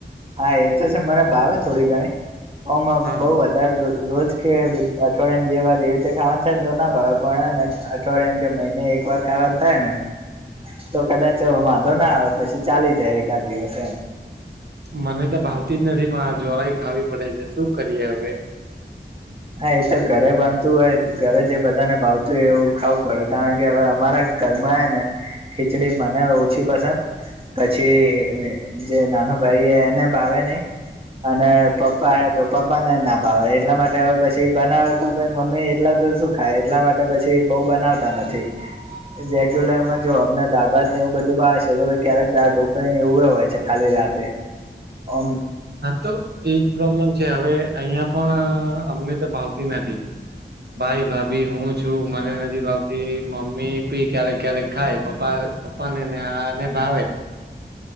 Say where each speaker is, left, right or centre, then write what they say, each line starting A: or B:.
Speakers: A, on the right (about 30°); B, on the right (about 60°).
A: હા એ તો છે મને ભાવે થોડી ઘણી ઓમ બહ
B: હા
A: વધારે ત્યારે રોજ કે અઠવાડિયેને બે વાર એવી રીતે ખાવાનું થાય તો ના ભાવ પણ અઠવાડિયામાં કે મહિને એકવાર ખાવાનું થાય ને તો કદાચ વાંધો ના આવે પછી ચાલી જાય એકાદ દિવસ એમ
B: મને તો ભાવતી જ નથી પણ આ જો હોય ખાવી પડે છે શું કરીએ હવે
A: હા એ તો ઘરે બનતું હોય ઘરે જે બધાને ભાવતું હોય એવું ખાવું પડે કારણ કે હવે અમારા કરમાય ને ખીચડી મને ઓછી પસંદ પછી જે નાનો ભાઈ એને ભાવે નહિ અને પપ્પા આવે તો પપ્પા ને ના ભાવે એટલા માટે વે પછી બનાવે તો મમ્મી એખલા તો શું ખાય એટલા માટે પછી બઉ બનાવતા નથી. રેગ્યુલરમાં જો અમને દાળ ભાત ને એવું બધું ભાવે છે તો ક્યારેક દાળ ઢોકળી ને એવું હોય છે. ખાલી રાતે ઓમ
B: હા તો એજ પ્રોબ્લેમ છે હવે અહિયાં પણ અમને તો ભાવતી નથી. ભાઈ ભાભી હું છું મને નથી ભાવતી મમ્મી ભી ક્યારેક ક્યારેક ખાય પપ્પા પપ્પા ને ને આને ભાવે